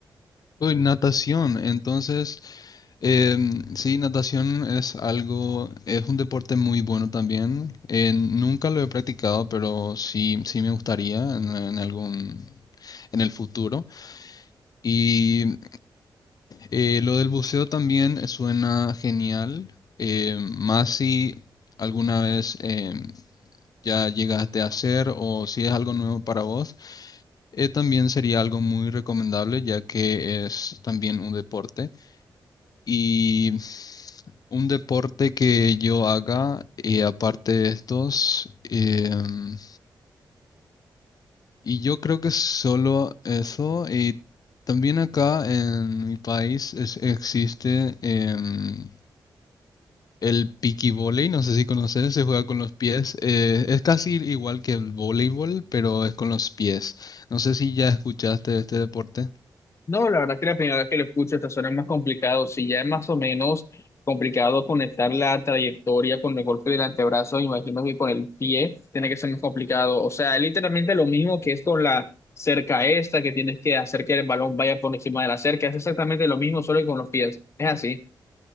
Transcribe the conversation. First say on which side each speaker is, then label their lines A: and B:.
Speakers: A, on the left; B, on the left.
A: Uy, natación, entonces, em, sí, natación es algo, es un deporte muy bueno también. Eh, nunca lo he practicado, pero sí, sí me gustaría en en algún, en el futuro. Y Eh, lo del buceo también suena genial, eh, más si alguna vez eh, ya llegaste a hacer o si es algo nuevo para vos, eh, también sería algo muy recomendable ya que es también un deporte y un deporte que yo haga eh, aparte de estos em, y yo creo que solo eso y también acá en mi país es- existe... em, El volley, no sé si conoces, se juega con los pies. eh, es casi igual que el voleibol, pero es con los pies. No sé si ya escuchaste de este deporte.
B: No, la verdad que la primera vez que lo escucho, esta suena más complicado. Si ya es más o menos complicado conectar la trayectoria con el golpe del antebrazo, imagino que con el pie tiene que ser más complicado. O sea, es literalmente lo mismo que es con la cerca esta, que tienes que hacer que el balón vaya por encima de la cerca. Es exactamente lo mismo, solo que con los pies. Es así.